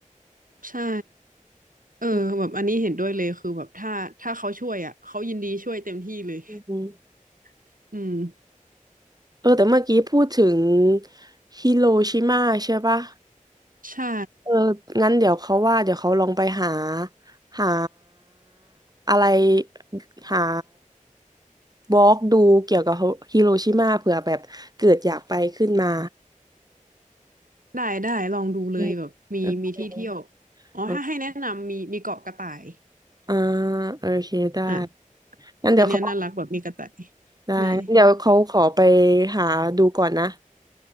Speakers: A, on the right; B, on the right.
A: ใช่ เออแบบอันนี้เห็นด้วยเลยคือแบบถ้าถ้าเขาช่วยอ่ะเขายินดีช่วยเต็มที่เลย
B: อืมอืม
A: <laughs> อืม
B: เออแต่เมื่อกี้พูดถึงฮิโรชิมาใช่ปะ
A: ใช่
B: เอองั้นเดี๋ยวเขาว่าเดี๋ยวเขาลองไปหาหาอะไรหาบล็อกดูเกี่ยวกับฮิโรชิมาเผื่อแบบเกิดอยากไปขึ้นมา
A: ได้ได้ลองดูเลยแบบมีมีที่เที่ยว
B: อืมเอเค
A: อ๋อถ้าให้แนะนำมีมีเกาะกระต่าย
B: ออ่าโอเคได้
A: อ่ะ
B: งั้นเดี๋ยวเขา
A: อันเนี้ยน่ารักแบบมีกระต่าย
B: ได้งั้นเดี๋ยวเขาขอไป
A: ได้
B: หาดูก่อนนะ